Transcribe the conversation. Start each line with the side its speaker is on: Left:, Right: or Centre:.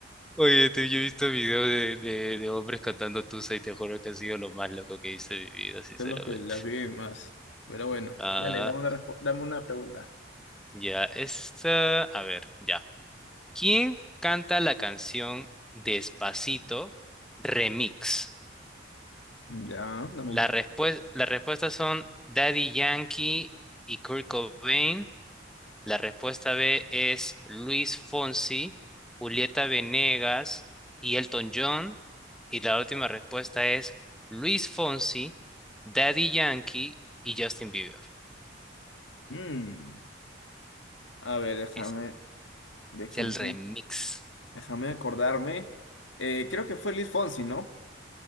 Centre: Oye, te- yo he visto videos de, de, de hombres cantando Tusa y te juro que ha sido lo más loco que he visto en mi vida, sinceramente.
Left: Son los que las viven más. Pero bueno,
Centre: Ah,
Left: dale, dame una, respo- dame una pregunta.
Centre: ya, esta, a ver, ya. ¿Quién canta la canción Despacito Remix?
Left: Ya, dame
Centre: La
Left: una.
Centre: respuesta, las respuestas son Daddy Yankee y Kurt Cobain. La respuesta B es Luis Fonsi, Julieta Venegas y Elton John. Y la última respuesta es Luis Fonsi, Daddy Yankee y Justin Bieber.
Left: Mm, a ver, déjame,
Centre: Es,
Left: déjame.
Centre: es el remix.
Left: Déjame acordarme. Eh, creo que fue Luis Fonsi, ¿no?